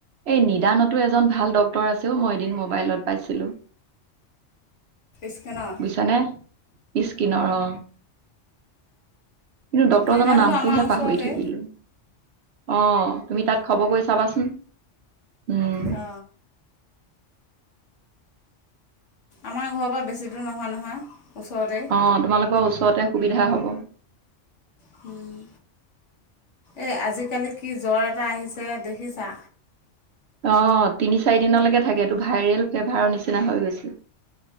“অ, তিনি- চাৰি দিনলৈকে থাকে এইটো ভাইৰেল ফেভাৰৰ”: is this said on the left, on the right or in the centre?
Right